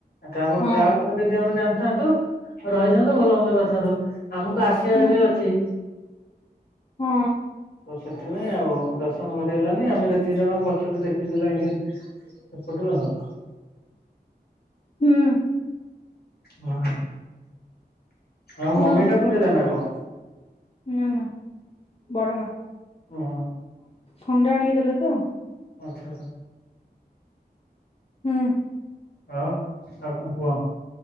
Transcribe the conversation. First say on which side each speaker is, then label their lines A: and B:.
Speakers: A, on the left (about 70°); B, on the left (about 35°).
A: ତା
B: ହଁ
A: ତା ଉପରେ ଯଦି ଆମେ ଜାଣିଥାନ୍ତୁ, ରହିଥାନ୍ତୁ, ଭଲ ମନ୍ଦ କରିଥାନ୍ତୁ। ଆମକୁ ଆସିବାର
B: ହୁଁ
A: ବି ଅଛି।
B: ହଁ।
A: ତ ସେଥିପାଇଁ ଆଉ ଦର୍ଶନ କରିହେଲାନି, ଆମେ ଯେତିକି ଜଣ ପଛ ଦେଖଛୁ ଯାଇଁକି। <unintelligible>
B: ହୁଁ।
A: ହ, ଆଉ
B: ହୁଁ।
A: ମମି ଡାକୁ ଥିଲେ ନା କଣ?
B: ନା, ନା, ବଡ ମା।
A: ଓହୋ
B: ଥଣ୍ଡା ଆଣିକି ଦେଲେ ତ।
A: ଓ ଆଚ୍ଛା ଆଚ୍ଛା।
B: ହୁଁ।
A: ହଁ, ଆଉ କଣ କୁହ?